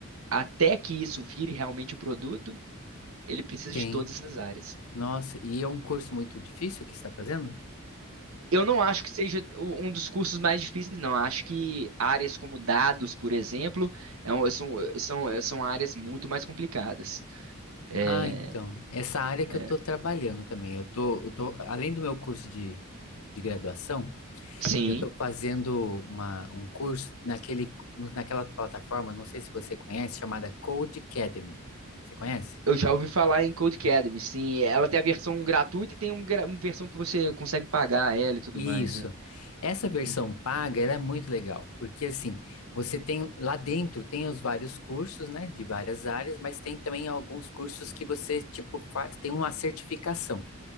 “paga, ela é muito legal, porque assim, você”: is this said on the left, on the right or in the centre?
Left